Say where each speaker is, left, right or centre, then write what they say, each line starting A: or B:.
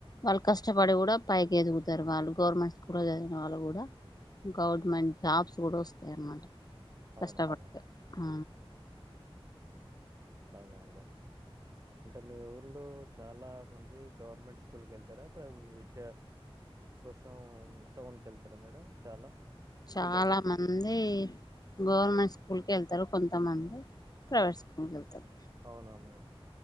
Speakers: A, on the left (about 40°); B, on the right (about 35°).
A: వాల్ కష్టపడి కూడా పైకి ఎదుగుతు చరవాళ్ళు గవర్నమెంట్ స్కూల్లో చదిగిన వాళ్ళు కూడా గవర్నమెంట్
B: ఉమ్,
A: జాబ్స్ కూడా వస్తాయి అన్నమాట కష్టపడితే
B: అవునా మేడం
A: ఆ
B: అలాగే అండి అంటే మీ ఊర్లో చాలా మంది గవర్నమెంట్ స్కూల్కి వెళ్తారా ప్రవ్ జ కోసం టౌన్ కెళ్తారా మేడం చాలా
A: చాలా
B: పిల్లలు
A: మంది గవర్నమెంట్ స్కూల్ కె వెళ్తారు కొంతమంది ప్రైవేట్ స్కూల్ కి వెళ్తారు
B: అవునా మేడం